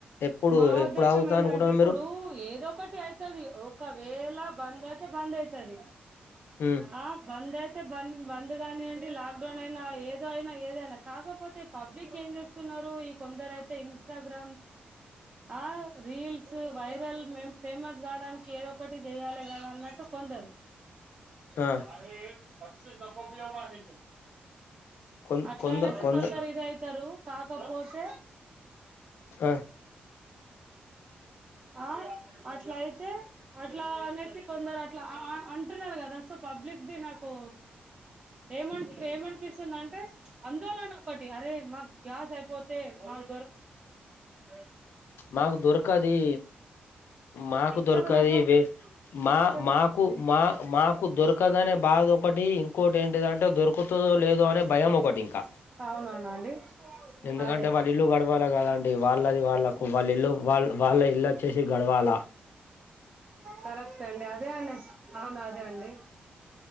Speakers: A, on the left; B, on the right.
A: ఎప్పుడు
B: మా ఉద్దేశం
A: ఎప్పుడు ఆగుతా
B: ఏంటంటే
A: అనుకుంటున్నారు
B: ఇప్పుడు
A: మీరు
B: ఏదో ఒకటి అయితది ఒకవేళ బంద్ అయితే బంద్ అయితది
A: ఉమ్
B: ఆ బందే బంద్ బంద్ గాని అండి లాక్ నా ఇంట్లో ఏదో అయినా ఏదైనా కాకపోతే పబ్లిక్ ఏంజెస్ స్తున్నారు ఈ కొందరు అయితే ఇన్స్టాగ్ర ఆ రీల్స్ చూ వైరల్ మేం ఫేమస్ కావడానికి ఏదో ఒకటి చేయాలి కదా అన్నట్టు కొందరు కొ
A: ఆ
B: మ పచ్చి సకోబమా హిందు
A: కొ
B: అట్లా
A: కొంద
B: అనేసి
A: కొంద
B: కొందరు ఇది అయితారు క కాకపోతే
A: ఆ,
B: ఆ అట్లయితే ఎట్లా కొందరట్ల అంటున్నారు కదా సో పబ్లిక్ ది నాకు ఏం ఏమనిపిస్తుంది అంటే అందలో ఒక్కటి అరేయ్ మాకు గ్యాస్ అయిపోతే మాకు మరి
A: మాకు దొరకది మాకు దొరకది
B: చలో దర్శన్
A: మా
B: చల్
A: మాకు మా మాకు దొరకదనే బాధ ఒకటి ఇంకోటి ఏంటిదంటే దొరకతదో లేదో అనే భయం ఒకటి ఇంకా
B: అవునవునా అండి
A: ఎందుకంటే
B: అదే
A: వాళ్ళ ఇల్లు గడవాలా కదండి వాళ్ళది వాళ్ళకు వాళ్ళ ఇల్లు వాళ్ళ వాళ్ళ ఇల్లు వచ్చేసి గడవాలా
B: కరెక్ట్ అండి అదే అండి అవును అదే అండి